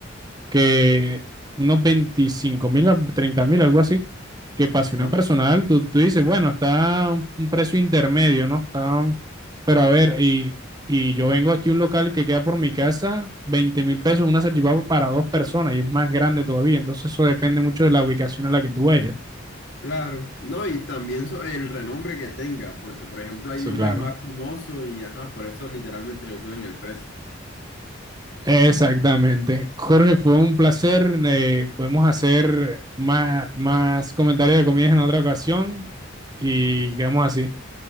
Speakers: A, on the right; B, on the left.
A: que unos veinticinco mil a treinta mil, algo así, que pase
B: Ajá.
A: una personal, tú, tú dices, bueno, está un un precio intermedio, ¿no? Está, pero a ver, y, y yo vengo aquí a un local que queda por mi casa, veinte mil pesos, una salchipapa para dos personas y es más grande todavía, entonces eso depende mucho de la ubicación a la que tú vayas.
B: Claro. No, y también so- el renombre que tenga, porque por ejemplo hay
A: Sí,
B: nombres
A: claro.
B: más famosos y ajá, por eso literalmente le suben el precio.
A: Exactamente. Jorge, fue un placer. eh, podemos hacer más, más comentarios de comidas en otra ocasión y quedamos así.